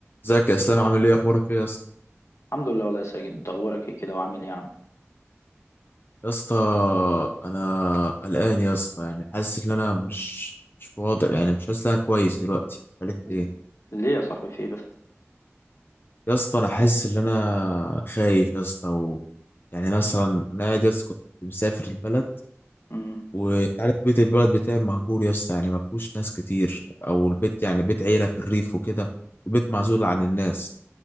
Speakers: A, on the left (about 45°); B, on the left (about 80°).
A: ازيك يا اسلام عامل ايه اخبارك ايه يا اسطى
B: الحمد لله والله يا ساجد انت اخبارك ايه كده وعامل ايه يا عم
A: يا اسطى انا قلقان يا اسطى يعني حاسس ان انا مش مش واضح يعني مش حاسس ان انا كويس دلوقتي مش عارف
B: ل-
A: ليه
B: ليه يا صاحبي في ايه بس
A: يا اسطى انا حاسس ان انا خايف يا اسطى و... يعني مثلا انا قاعد يا اسطى كنت مسافر البلد
B: امم
A: وعارف بيت البلد بتاعي مهجور يا اسطى يعني ما فيهوش ناس كتير او البيت يعني بيت عيله في الريف وكده وبيت معزول عن الناس